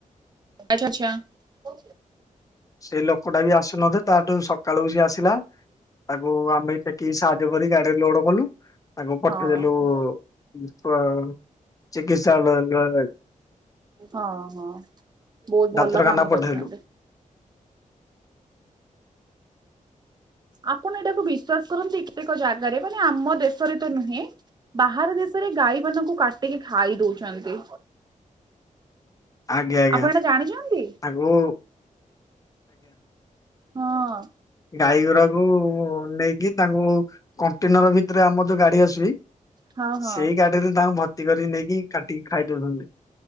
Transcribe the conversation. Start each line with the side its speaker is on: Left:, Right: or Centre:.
Right: ଆଚ୍ଛା ଆଚ୍ଛା। ହ
Left: ସେ ଲୋକଟା ବି ଆସୁନଥିଲେ ତାଠୁ ସକାଳୁ ସି ଆସିଲା ତାକୁ ଆମେ କି ସାହାଯ୍ୟ କରି ଗାଡିରେ ଲୋଡ କଲୁ ଆ ପଟେଇଦେଲୁ
Right: ହଁ ହଁ
Left: ଚିକିତ୍ସାଳୟ ଆ
Right: ହଁ ହଁ ବହୁତ
Left: ଡାକ୍ତରଖାନା
Right: ଭଲ କାମ
Left: ପଠେଇଲୁ
Right: କରିଛନ୍ତି। ଆପଣ ଏଇଟାକୁ ବିଶ୍ଵାସ କରନ୍ତି କେତେକ ଜାଗାରେ ମାନେ ଆମ ଦେଶରେ ତ ନୁହେଁ ବାହାର ଦେଶରେ ଗାଈ ମାନଙ୍କୁ କାଟିକି ଖାଇ ଦଉଛନ୍ତି।
Left: ଆଜ୍ଞା ଆଜ୍ଞା
Right: ଆପଣ ଏଇଟା ଜାଣିଛନ୍ତି?
Left: ତାଙ୍କୁ
Right: ହଁ।
Left: ଗାଈ ଗୁରାକୁ ନେଇକି ତାଙ୍କୁ କଣ୍ଟେନର ଭିତରେ ଆମର ଯୋଉ ଗାଡି ଆସି
Right: ହଁ ହଁ
Left: ସେଇ ଗାଡିରେ ତାଙ୍କୁ ଭର୍ତ୍ତି କରି ନେଇକି କାଟିକି ଖାଇଦଉଛନ୍ତି।